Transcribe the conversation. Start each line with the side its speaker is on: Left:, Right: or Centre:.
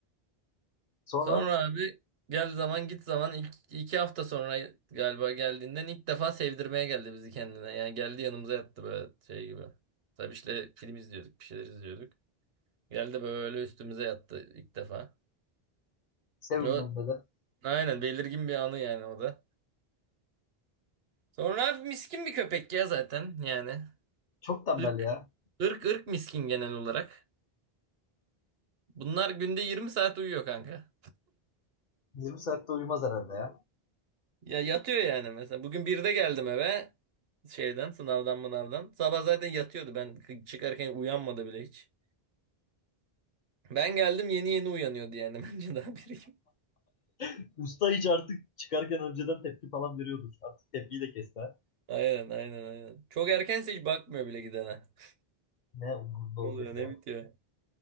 Left: Sonra
Right: Sonra abi gel zaman git zaman ilk, iki hafta sonra galiba geldiğinden ilk defa sevdirmeye geldi bizi kendine. Yani geldi yanımıza yattı böyle şey gibi. Tabii işte film izliyorduk bir şeyler izliyorduk. Geldi böyle üstümüze yattı ilk defa.
Left: sevim
Right: O,
Left: ben de.
Right: aynen belirgin bir anı yani o da. Sonra abi miskin bir köpek ya zaten yani.
Left: Çok tembel
Right: Irk,
Left: ya.
Right: ırk ırk miskin genel olarak. Bunlar günde 20 saat uyuyor kanka.
Left: Yirmi saatte uyumaz herhalde ya.
Right: Ya yatıyor yani mesela. Bugün birde geldim eve. Şeyden sınavdan mınavdan. Sabah zaten yatıyordu. Ben k- çıkarken uyanmadı bile hiç. Ben geldim yeni yeni uyanıyordu yani. <laughs> Bence daha biri gibi.
Left: <laughs> Usta hiç artık çıkarken önceden tepki falan veriyordur. Artık tepkiyi de kesti ha.
Right: Aynen aynen aynen. Çok erkense hiç bakmıyor bile gidene. <laughs>
Left: Ne umurunda
Right: Ne
Left: olacak
Right: oluyor ne
Left: ya.
Right: bitiyor.